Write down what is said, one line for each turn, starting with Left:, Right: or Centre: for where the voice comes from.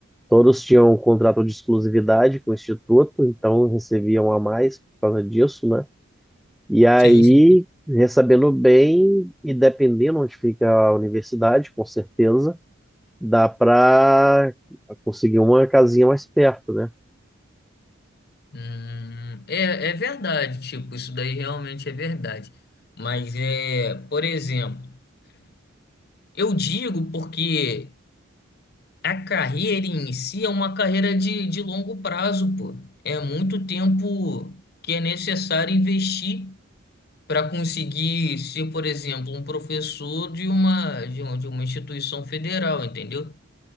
Centre: Todos tinham um contrato de exclusividade com o Instituto, então recebiam a mais por causa disso, né? E aí,
Left: Sim, sim.
Centre: recebendo bem, e dependendo onde fica a universidade, com certeza dá pra conseguir uma casinha mais perto, né?
Left: Hum, é, é verdade, tipo, isso daí realmente é verdade. Mas é, por exemplo, eu digo porque a carreira em si é uma carreira de, de longo prazo, pô. É muito tempo que é necessário investir para conseguir ser, por exemplo, um professor de uma, de um- de uma instituição federal, entendeu?